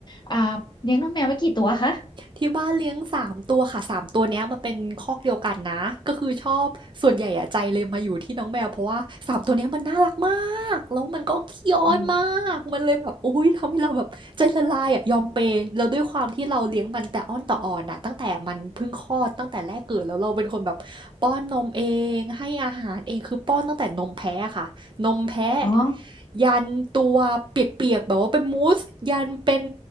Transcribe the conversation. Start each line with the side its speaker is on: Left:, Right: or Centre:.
Left: อ่าเลี้ยงน้องแมวไว้กี่ตัวคะ
Right: ที่บ้านเลี้ยงสามตัวค่ะสามตัวเนี้ยมันเป็นคอกเดียวกันนะก็คือชอบส่วนใหญ่อะใจเลยมาอยู่ที่น้องแมวเพราะว่าสามตัวเนี้ยมันน่ารักมากแล้วมันก็ขี้อ้อนมากมันเลยแบบอุ้ยทำให้เราแบบใจละลายอะยอมเปย์แล้วด้วยความที่เราเลี้ยงมันแต่อ้อนต่ออ่อนอะตั้งแต่มันเพิ่งคลอดตั้งแต่แรกเกิดแล้วเราเป็นคนแบบป้อนนมเองให้อาหารเองคือป้อนตั้งแต่นมแพ้อะค่ะ
Left: อืม
Right: นมแพะ
Left: อ๋อ
Right: ยันตัวเปียกๆแบบว่าเป็นมูสยันเป็น